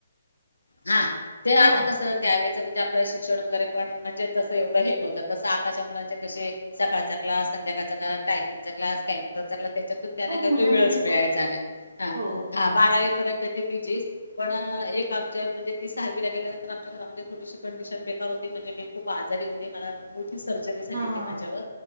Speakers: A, on the left; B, on the right.
A: हा ते आता
B: हा
A: कसं त्यावेळेचं म्हणजे आपलं शिक्षण वगैरे कोण म्हणजे तसं एवढं तस आत्ताच्या मुलां कसे सकाळचा क्लास, संध्याकाळ क्लास टायपिंगला, कम्प्युटरकचा क्लास त्यांना
B: हो
A: काही
B: मुलांना
A: वेळच
B: बी
A: मिळायचा
B: खूप
A: नाही हा
B: हो
A: हा बारावी तर ते बिझी पण एक जय म्हणजे ती सहावी ला गेल्या नंतर आमच्या घरामध्ये थोडीशी कंडिशन बेकार होती म्हणजे मी खूप आजारी होते मु सर्जरी झाली
B: हा
A: होती
B: हा हा
A: माझ्यावर